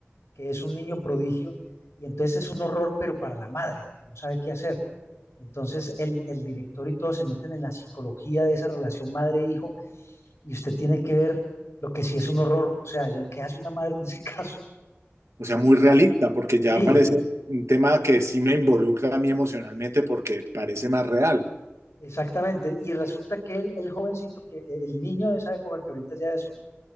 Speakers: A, on the left; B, on the right.
A: que es un niño prodigio. Y entonces es un horror, pero para la madre, que no sabe qué hacer. Entonces el, el director y todos se meten en la psicología de esa relación madre-hijo y usted tiene que ver lo que sí es un horror, o sea, el- ¿qué hace una madre en ese <laughs> caso?
B: O sea, muy realista, porque ya
A: Sí,
B: parece un tema que sí me involucra a mí emocionalmente porque parece más real.
A: Exactamente, y resulta que el, el jovencito, que eh, el niño de esa época, que ahorita ya es un,